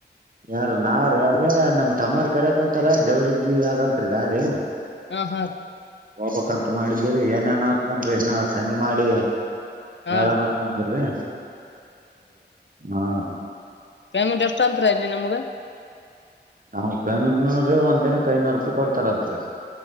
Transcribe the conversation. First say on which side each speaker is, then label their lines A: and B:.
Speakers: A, on the right; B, on the left.
A: ಯಾರ ನಾರ ಅದ ನಮ್ ತಮ್ಮರ್ ಕರಕ ಕುಂತಾರ ಜವ್ರಗ ಅಂರಿ ಗಾಡಿ
B: ಹ ಹಾ
A: ಹೋಗಬಕ್ಂತ ಮಾಡಿದ್ದೀರಿ ಏನೇನ್ ಆಗ್ತನ್ರಿ ಇನ್ನ ಸಂಜೆ ಮಾಡಿ
B: ಹಾ
A: ಯಳ್ನಕಿದಿರಿ
B: ರೀ
A: ಹಾ
B: ಮೆಂಟ್ ಎಷ್ಟ ಅತ್ರ ಇಲ್ಲಿ ನಮ್ಗ
A: ನಾಪೇಮೆಂಟ್ ನೋಡ್ರಿ ಒಂದ್ನಕ್ ಐನೂರು ರೂಪಾಯಿ ಕೊಡ್ತಾರಂರಿ